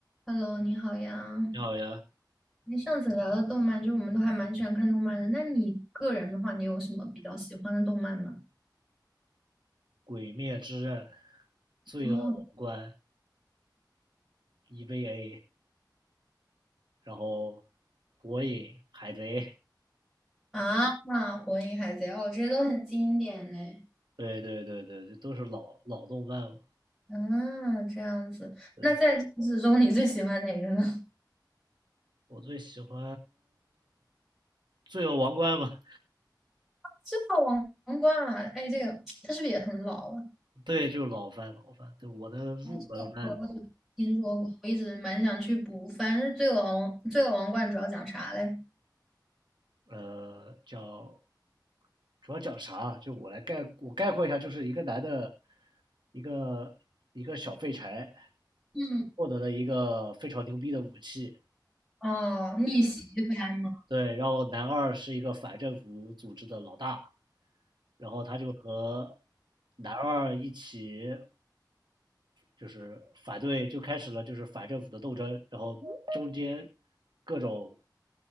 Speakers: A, in the centre; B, on the right.
A: Hello，你好呀。
B: 你好呀，
A: 你上次聊的动漫，就是我们都还蛮喜欢看动漫的。那你个人的话，你有什么比较喜欢的动漫吗？
B: 《鬼灭之刃》、《罪恶王冠》、
A: 哦，
B: EVA，然后《火影》、《海贼》，
A: 啊，那《火影》《海贼哦，这些都很经典嘞。
B: 对对对对，这都是老老动漫嘛。
A: 啊，这样子。
B: 对，
A: 那在这之中，你最喜欢哪个呢？<laughs>
B: 我最喜欢《罪恶王冠》嘛，
A: 这个王王冠啊，哎，这个它是不是也很老了？
B: 对，就是老番老番。对，我的入门番，
A: 哦，这个我我有听说过，我一直蛮想去补。反正《罪恶王》《罪恶王冠》主要讲啥嘞？
B: 呃，叫主要讲啥啊？就我来概我概括一下，就是一个男的，一个一个小废柴，
A: 嗯，
B: 获得了一个非常牛逼的武器。
A: 哦，逆袭番吗？
B: 对，然后男二是一个反政府组织的老大，然后他就和男二一起就是反对，就开始了就是反政府的斗争，然后中间各种